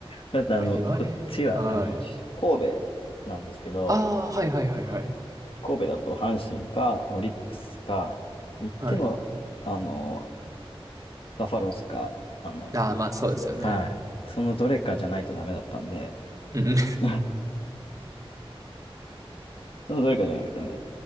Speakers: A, on the left (about 65°); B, on the right (about 35°).
A: だってあの、
B: ま、あ言われはい。
A: こっちは、あの、神戸なんですけど、
B: ああ、はいはいはいはい。
A: あの、神戸だと阪神か、オリックスか、言っても、
B: はい。
A: あの、バファローズか、あの、
B: ああ、まあ、そうですよね。
A: はい。そのどれかじゃないとダメだったんで、<laughs>
B: うん。
A: そのどれかじゃないとダメだっ